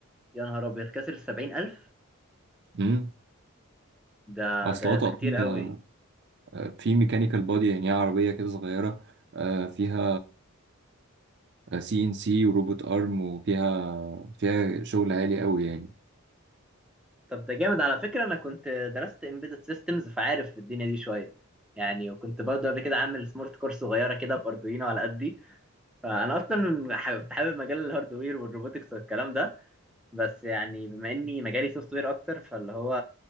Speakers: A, in the centre; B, on the right (about 50°).
A: يا نهار ابيض كسر السبعين الف
B: امم
A: ده
B: اصل
A: ده
B: هو تقطيع
A: ده كتير قوي
B: آه، في ميكانيكال بودي يعني هي عربيه كده صغيره آه، فيها سي ان سي وروبوت ارم وفيها فيها شغل عالي قوي يعني
A: طب ده جامد على فكرة انا كنت درست embedded systems فعارف الدنيا دي شوية يعني وكنت برضه قبل كده عامل سمارت كور صغيرة كده باردوينو على قدي فانا اصلا ح- كنت حابب مجال الهاردوير والروبوتكس والكلام ده بس يعني بما اني مجالي سوفت وير اكتر فاللي هو